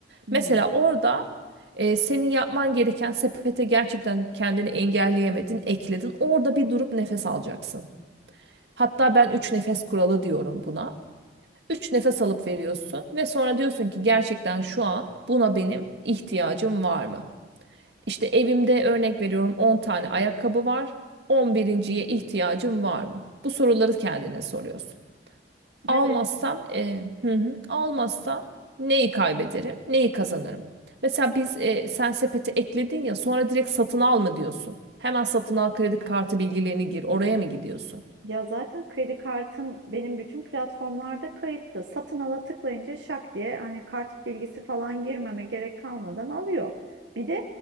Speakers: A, on the right (about 85°); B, on the right (about 70°).
A: Hmm.
B: Mesela orada e, senin yapman gereken sepete gerçekten kendini engelleyemedin, ekledin. Orada bir durup nefes alacaksın. Hatta ben üç nefes kuralı diyorum buna. Üç nefes alıp veriyorsun ve sonra diyorsun ki gerçekten şu an buna benim ihtiyacım var mı? İşte evimde örnek veriyorum 10 tane ayakkabı var. On birinciye ihtiyacım var mı? Bu soruları kendine soruyorsun. Almazsam,
A: Evet.
B: e, hı hı, almazsam neyi kaybederim, neyi kazanırım? Mesela biz e, sen sepete ekledin ya sonra direkt satın al mı diyorsun? Hemen satın al kredi kartı bilgilerini gir. Oraya mı gidiyorsun?
A: Ya zaten kredi kartım benim bütün platformlarda kayıtlı. Satın ala tıklayınca şak diye hani kart bilgisi falan girmeme gerek kalmadan alıyor. Bir de